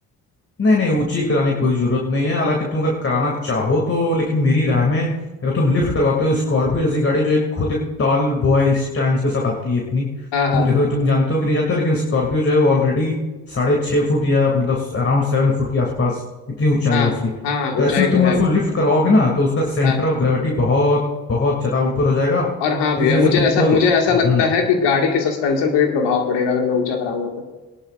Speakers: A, on the left (about 30°); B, on the left (about 80°).
A: नहीं नहीं ऊंची कराने की कोई जरूरत नहीं है हालांकि तुम अगर कराना चाहो तो लेकिन मेरी राय में अगर तुम लिफ्ट करवाते हो स्कॉर्पियो जैसी गाड़ी जो एक खुद एक टॉल बॉय स्टैंड के साथ आती है इतनी
B: हाँ हाँ
A: तुम देखो तुम जानते हो कि नहीं जानते हो लेकिन स्कॉर्पियो जो है वो ऑलरेडी साढ़े छः फुट या मतलब अराउंड सेवन फुट के आसपास इतनी ऊंचाई
B: हाँ
A: है उसकी
B: हाँ ऊंचाई
A: तो ऐसे में
B: तो
A: तुम अगर
B: है
A: उसको लिफ्ट करवाओगे ना तो उसका सेंटर
B: हाँ
A: ऑफ ग्रेविटी बहुत बहुत ज्यादा ऊपर हो जाएगा
B: और हाँ
A: तो
B: भैया
A: इस वजह
B: मुझे
A: से तुमको
B: ऐसा मुझे
A: हम्म
B: ऐसा लगता है कि गाड़ी के सस्पेंशन पे भी प्रभाव पड़ेगा अगर मैं ऊंचा कराऊंगा तो